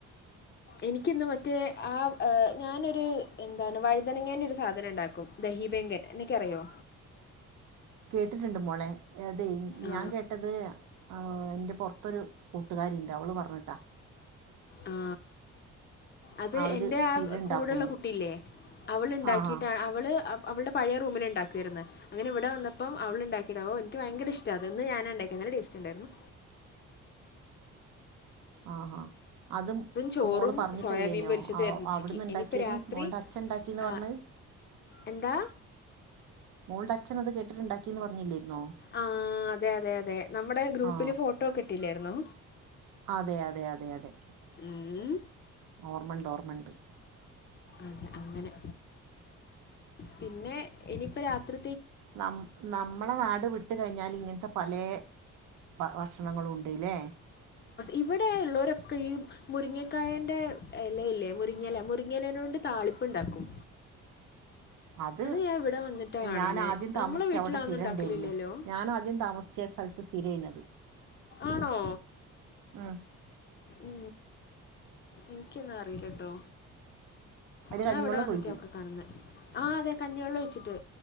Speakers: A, on the left; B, on the right.
A: എനിക്കിന്ന് മറ്റേ ആ് ഞാനൊരു എന്താണ് വഴുതനങ്ങേന്റെ ഒരു സാധനം ഉണ്ടാക്കും ദഹിബെങ്കൻ നിക്കറിയോ
B: കേട്ടിട്ടുണ്ട് മോളെ അതെ
A: ആ,
B: ഞാൻ കേട്ട- കേട്ടത് എന്റെ പുറത്തൊരു കൂട്ടുകാരുണ്ട് അവള് പറഞ്ഞിട്ടാ
A: ആ, അത്
B: അവർ
A: എന്റെ
B: സ്ഥിരം
A: ആ
B: ഉണ്ടാക്കുന്നു
A: കൂടെള്ള കുട്ടില്ലേ അവള് ഉണ്ടാക്കിട്ടാണ്
B: ആ ഹാ
A: അവള് അവളുടെ പഴയ റൂമില് ഇണ്ടാക്കുവാരുന്ന് അങ്ങനെ ഇവിടെ വന്നപ്പോ അവള് ഉണ്ടാക്കിയതാ ഒ എനിക്ക് ഭയങ്കര ഇഷ്ടാത് ഇന്ന് ഞാനാ ഉണ്ടാക്കിയത് നല്ല ടേസ്റ്റ് ഉണ്ടായിരുന്നു
B: ആഹ അതും
A: ചോറും
B: മോള് പറഞ്ഞിട്ടല്ലേനോ
A: സോയാബീൻ പൊരിച്ചതുമായിരുന്നു ഉച്ചയ്ക്ക്
B: അവിടുന്ന് ഉണ്ടാക്കിയത്
A: ഇനിയിപ്പോൾ രാത്രി
B: മോൾടെ അച്ഛൻ ഉണ്ടാക്കിയന്ന്
A: ആ,
B: പറഞ്ഞത്
A: എന്താ
B: മോൾടെ അച്ഛന അത് കേട്ടിട്ടുണ്ടാക്കിന്ന് പറഞ്ഞില്ലിരുന്നോ
A: ആ അതെ അതെ അതെ നമ്മുടെ ഗ്രൂപ്പില്
B: ആ
A: ഫോട്ടോ ഒക്കെ ഇട്ടില്ലായിരുന്നോ
B: അതെ അതെ അതെ അതെ
A: ഉം.
B: ഓർമ്മണ്ട് ഓർമ്മണ്ട്
A: അതെ അങ്ങനെ പിന്നെ ഇനിയിപ്പ രാത്രി
B: നമ്മ നമ്മളെ നാട് വിട്ട- വിട്ട് കഴിഞ്ഞാൽ ഇങ്ങനത്തെ പല ഭക്ഷണങ്ങളും ഉണ്ട് അല്ലേ
A: ഇവിടെ ഇള്ളോരൊക്കെ ഈ- മുരിങ്ങക്കായന്റെ എല ഇല്ലേ മുരിങ്ങല മുരിങ്ങലേന കൊണ്ട് താളിപ്പുണ്ടാക്കും
B: അത്
A: ഞാൻ ഇവിടെ വന്നിട്ടാണ് കാണുന്നത്
B: ഞാൻ ആദ്യം താമസിച്ച
A: നമ്മളെ വീട്ടിലൊന്നും
B: അവിടെ സ്ഥിരം
A: ഉണ്ടാക്കലില്ലല്ലോ
B: ഉണ്ടായിരുന്നു ഞാൻ ആദ്യം താമസിച്ച ച്ചേ സ്ഥലത്ത് സ്ഥിര്യുന്നത്
A: ആണോ
B: ആഹ്
A: ഉ എനിക്കൊന്നും അറിയില്ല കേട്ടോ
B: അതില്
A: ഞാൻ
B: കഞ്ഞിവെള്ളം
A: ഇവിടെ വന്നിട്ട്
B: ഒഴിക്കും
A: നോക്ക കാണുന്നേ ആഹ് അതെ കഞ്ഞിവെള്ളം വെച്ചിട്ട്